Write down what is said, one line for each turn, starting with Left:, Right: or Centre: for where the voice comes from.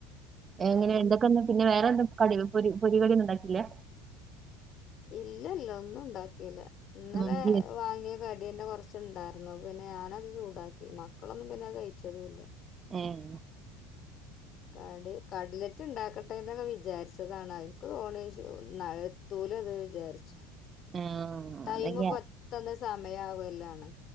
Left: വേറെന്തൊക്കെ
Right: എങ്ങനെയാ എന്തൊക്കെറീയാം പിന്നെ വേറെ എന്താ കടിയും പൊരിയും പൊരികടിയൊന്നൊണ്ടാക്കീലേ
Left: ഇല്ല ഇല്ല ഒന്നും ഉണ്ടാക്കീല്ല ഇന്നലെ
Right: മന്തി വെച്ച്-
Left: വാങ്ങിയ കടീൻ്റെ കൊറച് ചൊണ്ടാർന്നു പിന്നെ ഞാനത് ചൂടാക്കി മക്കളൊന്നും പിന്നെ കഴിച്ചവില്ല
Right: ഊം
Left: കടി കടലറ്റ് ഇണ്ടാക് ക്കട്ടെന്നൊക്കെ വിചാരിച്ചതാണ് അവര്ക്ക് കോണേജ് ന്നത്തൂലാതു വിചാരിച്ചു
Right: ആ
Left: ടൈമ്
Right: അതൊക്കെ
Left: പത്ത്ന്ത്സ്സമയാവല്ലാണ്